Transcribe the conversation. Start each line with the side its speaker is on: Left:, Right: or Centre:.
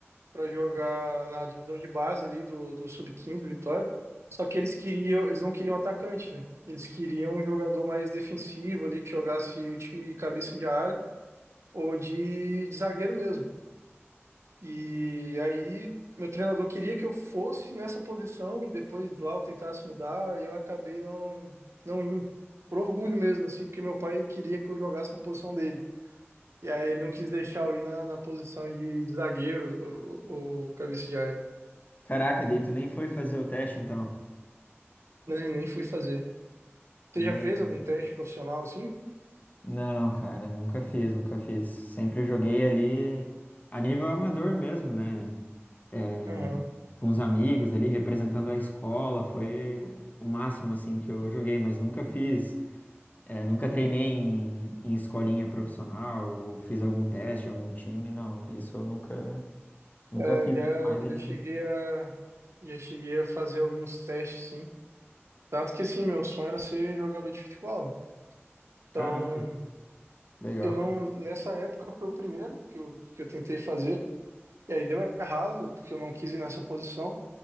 Right: para jogar na divisão de base ali do, do Sub-15 do Vitória. Só que eles queriam, eles não queriam atacante, né? Eles queriam um jogador mais defensivo ali que jogasse ou de cabeça de área ou de de zagueiro mesmo. E aí, meu treinador queria que eu fosse nessa posição e depois lá eu tentasse mudar, e eu acabei não, não indo. Por orgulho mesmo, assim, porque meu pai queria que eu jogasse na posição dele. E aí ele não quis deixar eu ir na, na posição de, de zagueiro, o, o cabeça de área.
Left: Caraca, daí tu nem foi fazer o teste, então.
Right: Nem, nem fui fazer. Você
Left: É.
Right: já fez algum teste profissional assim?
Left: Não, cara, nunca fiz, nunca fiz. Sempre joguei ali a nível amador mesmo, né? eh,
Right: Aham.
Left: com os amigos ali, representando a escola, foi o máximo assim que eu joguei, mas nunca fiz, eh, nunca treinei em, em escolinha profissional, ou fiz algum teste, em algum time, não, isso eu nunca, nunca
Right: É,
Left: fiz,
Right: eu
Left: ainda mais
Right: já,
Left: ali.
Right: já cheguei
Left: no-
Right: a, já cheguei a fazer alguns testes, sim. Tanto que, assim, meu sonho era ser jogador de futebol, né? Então,
Left: Caramba, legal.
Right: eu não. Nessa época foi o primeiro que eu, que eu tentei fazer. E aí deu errado, porque eu não quis ir nessa posição.